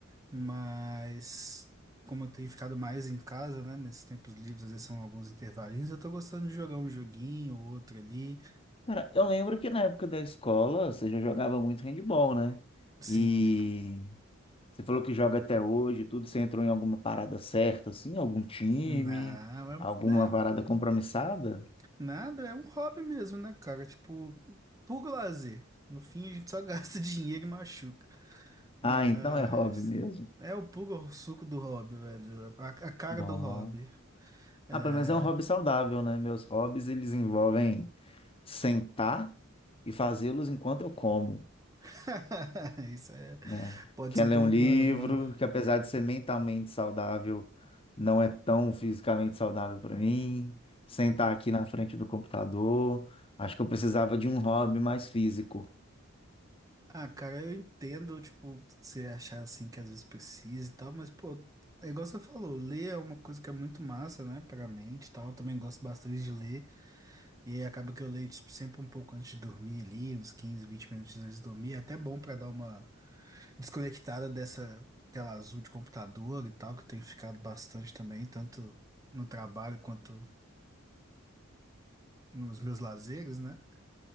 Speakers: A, on the right; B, on the left.
A: mas como eu tenho ficado mais em casa, né, nesses tempos livres, às vezes são alguns intervalinhos, eu tô gostando de jogar um joguinho ou outro ali.
B: Cara, eu lembro que na época da escola você já jogava muito handball, né?
A: Sim,
B: E Você falou que joga até hoje, tudo. Você entrou em alguma parada certa, assim? Algum time?
A: não, é, é-
B: Alguma parada compromissada?
A: nada, é um hobby mesmo, né, cara? Tipo, puro lazer. No fim, a gente só <laughs> gasta dinheiro e machuca, mas
B: Ah, então é hobby mesmo.
A: é o puro suco do hobby, velho, a a cara
B: Bom.
A: do hobby. É,
B: Ah, pelo menos é um hobby saudável, né? Meus hobbies, eles envolvem sentar e fazê-los enquanto eu como,
A: <laughs> Isso é,
B: né?
A: pode
B: Quer
A: ser um
B: ler
A: problema.
B: um livro, que apesar de ser mentalmente saudável, não é tão fisicamente saudável para mim. Sentar aqui na frente do computador. Acho que eu precisava de um hobby mais físico.
A: Ah, cara, eu entendo, tipo, você achar assim que às vezes precisa e tal, mas, pô, é igual você falou, ler é uma coisa que é muito massa, né, pra mente e tal. Eu também gosto bastante de ler, e aí acaba que eu leio, tipo, sempre um pouco antes de dormir ali, uns 15, 20 minutos antes de dormir. É até bom pra dar uma desconectada dessa tela azul de computador e tal, que eu tenho ficado bastante também, tanto no trabalho quanto nos meus lazeres, né?